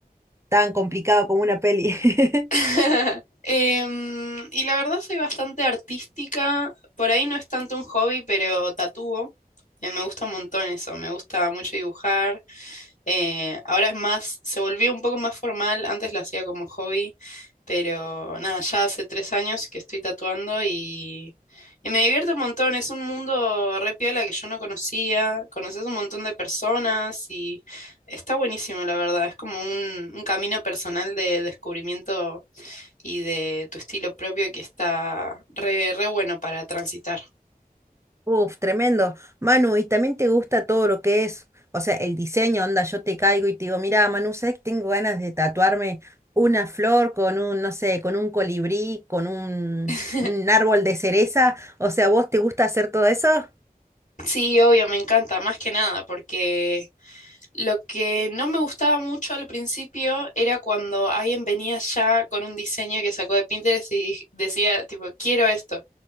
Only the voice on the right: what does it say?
tan complicado como una peli? <laughs>
Uf, tremendo. Manu, ¿y también te gusta todo lo que es, o sea, el diseño, onda, yo te caigo y te digo, mira, Manu, ¿sabes que tengo ganas de tatuarme una flor con un, no sé, con un colibrí, con un,
un árbol de cereza? O sea, ¿vos te gusta hacer todo eso?